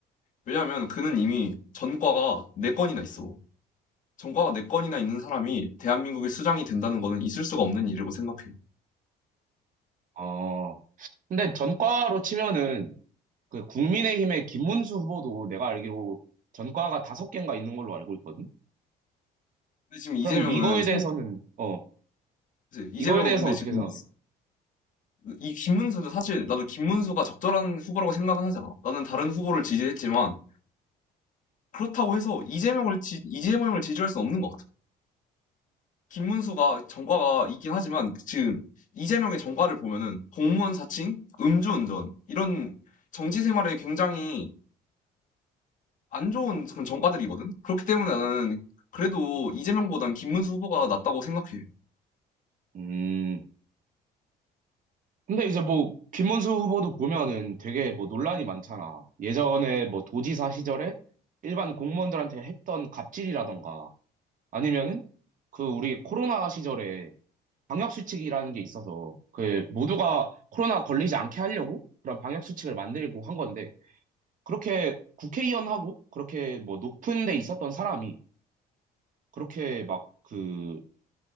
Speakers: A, on the left; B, on the right.
A: 왜냐하면 그는 이미 전과가 네건이나 있어. 전과가 네건이나 있는 사람이 대한민국의 수장이 된다는 거는 있을 수가 없는 일이라고 생각해.
B: 어. 근데 전과로 치면은 그 국민의힘의 김문수 후보도 내가 알기로 전과가 다섯 개인가 있는 걸로 알고 있거든.
A: 근데 지금 이재명은
B: 그럼 이거에
A: 성-
B: 대해서는 어
A: 그치? 이재명은
B: 이거에 대해서는
A: 근데 지금
B: 어떻게 생각해요?
A: 이 김문수도 사실 나도 김문수가 적절한 후보라고 생각은 하잖아. 나는 다른 후보를 지지했지만 그렇다고 해서 이재명을 지, 이재명을 지지할 수는 없는 것 같아. 김문수가 전과가 있긴 하지만 지금 이재명의 전과를 보면은 공무원 사칭, 음주운전 이런 정치 생활에 굉장히 안 좋은 그런 전과들이거든. 그렇기 때문에 나는 그래도 이재명보단 김문수 후보가 낫다고 생각해.
B: 음, 근데 이제 뭐, 김문수 후보도 보면은 되게 뭐 논란이 많잖아. 예전에 뭐 도지사 시절에 일반 공무원들한테 했던 갑질이라던가, 아니면은 그 우리 코로나 시절에 방역수칙이라는 게 있어서, 그 모두가 코로나 걸리지 않게 하려고 그런 방역수칙을 만들고 한 건데, 그렇게 국회의원하고 그렇게 뭐 높은 데 있었던 사람이 그렇게 막 그